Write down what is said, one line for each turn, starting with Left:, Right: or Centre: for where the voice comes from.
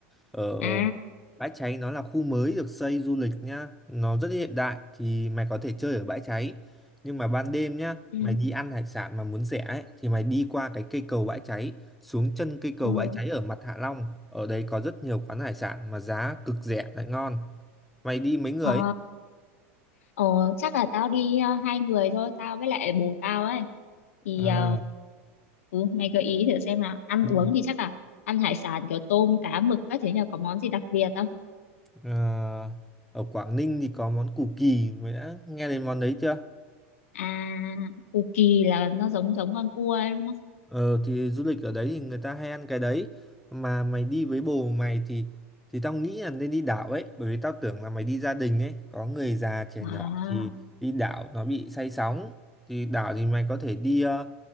Centre: ở
Left: À,
Centre: bãi cháy nó là khu mới được xây du lịch nhá nó rất hiện đại thì mày có thể chơi ở bãi cháy nhưng mà ban đêm nhá
Left: ừ,
Centre: mày đi ăn hải sản mà muốn rẻ ấy, thì mày đi qua cái cây cầu bãi cháy xuống chân cây cầu
Left: ừ.
Centre: bãi cháy ở mặt Hạ Long ở đấy có rất nhiều quán hải sản mà giá cực rẻ lại ngon mày đi mấy người
Left: Ờ,
Centre: ấy?
Left: ờ, chắc là tao đi ờ, hai người thôi, tao với lại bồ tao ấy. Thì
Centre: à,
Left: ờ, ừ, mày gợi ý thử xem nào, ăn
Centre: ừ,
Left: uống thì chắc là ăn hải sản kiểu tôm, cá, mực các thứ nhờ có món gì đặc biệt không?
Centre: à, ở Quảng Ninh thì có món củ kỳ mày đã nghe đến món đấy chưa
Left: À, cù kỳ là nó giống giống con cua ấy đúng không?
Centre: Ờ thì du lịch ở đấy thì người ta hay ăn cái đấy mà mày đi với bồ mày thì thì tao nghĩ là nên đi đảo ấy bởi vì tao tưởng là mày đi gia đình ấy có người già trẻ
Left: À,
Centre: nhỏ thì đi đảo nó bị say sóng thì đảo thì mày có thể đi ờ,